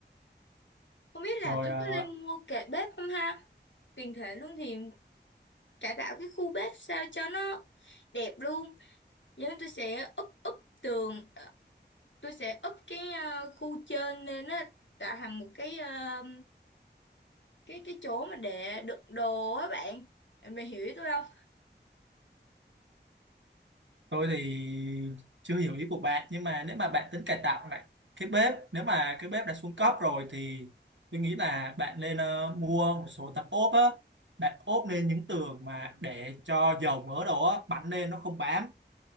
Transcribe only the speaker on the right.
rồi
ờ,
Tôi thì chưa hiểu ý của bạn nhưng mà nếu mà bạn tính cải tạo lại cái bếp nếu mà cái bếp đã xuống cấp rồi thì tôi nghĩ là bạn nên ờ, mua một số tấm ốp á bạn ốp lên những tường mà để cho dầu mỡ đồ á bắn lên nó không bám